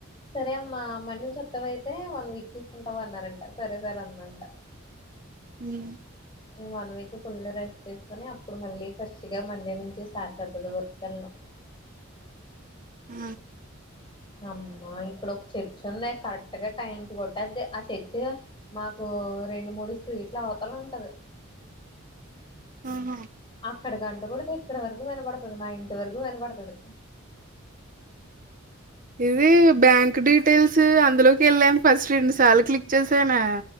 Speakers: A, on the left; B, on the right.
A: సరే అమ్మా మండే నుంచొత్తవ అయితే వన్ వీక్ తీసుకుంటావ అన్నారంట సరే సార్ అందంట
B: హ్మ్
A: నేను వన్ వీక్ ఫుల్ రెస్ట్ తీసుకుని అప్పుడు మళ్ళీ ఫ్రెష్ గా మండే నుంచి స్టార్ట్ చేస్తాది వర్క్ వెళ్ళడం
B: ఆ
A: అమ్మా ఇక్కడ ఒక చర్చి సండే కరెక్ట్ గా టైం కి కొటేద్ది ఆ చెర్చి మాకు రెండు మూడు స్ట్రీట్లు అవతల ఉంటది
B: ఆహ
A: అక్కడ గంట కొడితే ఇక్కడ వరకు వినపడతది మా ఇంటి వరకు వినపడతది
B: ఇది బ్యాంక్ డీటెయిల్స్ అందులోకి వెళ్ళాను ఫస్ట్ రెండు సార్లు క్లిక్ చేసానే